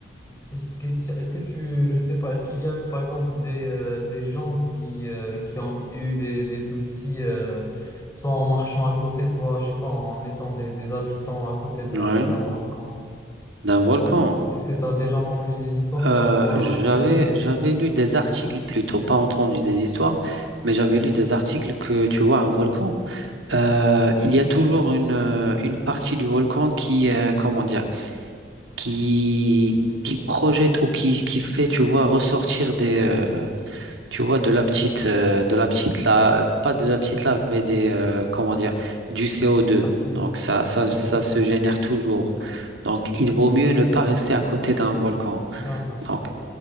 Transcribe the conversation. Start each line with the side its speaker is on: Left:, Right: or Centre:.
Left: Petite question, est-ce que tu, je sais pas, est-ce qu'il y a eu par exemple des, euh, des gens qui, euh, qui ont eu des, des soucis, euh, soit en marchant à côté, soit, je sais pas, en étant des, des habitants à côté d'un
Right: Ouais,
Left: d'un volcan?
Right: d'un volcan.
Left: Est-ce que tu as déjà entendu des histoires
Right: Euh,
Left: par rapport à
Right: j'avais
Left: un truc comme ça?
Right: j'avais lu des articles plutôt, pas entendu des histoires, mais j'avais lu des articles que tu vois un volcan. Euh, il y a toujours une euh, une partie du volcan qui euh, comment dire qui, qui projette ou qui, qui fait, tu vois, ressortir des, euh, tu vois, de la petite, euh, de la petite lave, pas de la petite lave, mais des, euh, comment dire, du CO2.
Left: La fume,
Right: Donc ça,
Left: la fume,
Right: ça, ça
Left: ok.
Right: se génère toujours. Donc il vaut mieux ne pas
Left: Hmm,
Right: rester à côté d'un volcan.
Left: D'accord.
Right: Donc